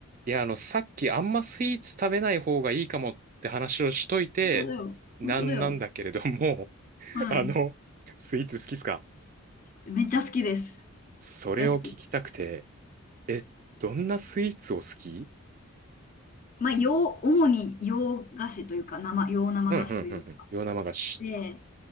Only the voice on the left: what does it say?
本当だよ。
本当だよ。
はい。
めっちゃ好きです。
大好き。
まあ、洋、主に洋菓子というか、生、洋生菓子というか。
で、